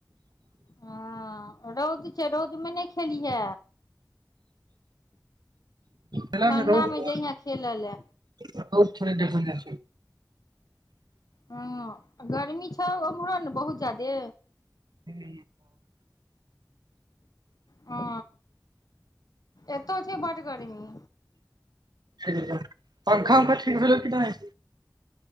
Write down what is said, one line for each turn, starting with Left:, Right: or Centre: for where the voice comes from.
Left: हँ रौद छै रौदमे नहि खेलिहे
Right: मेला
Left: ठण्ढामे
Right: मे रौद
Left: जहिहेँ खेल लए
Right: रौद थोड़े देखल जाइ
Left: हँ गर्मी छै उम्हरो ने बहुत जादे
Right: छै
Left: ह एतहु छै बड गर्मी
Right: पंखा वंखा ठीक भेल कि नहि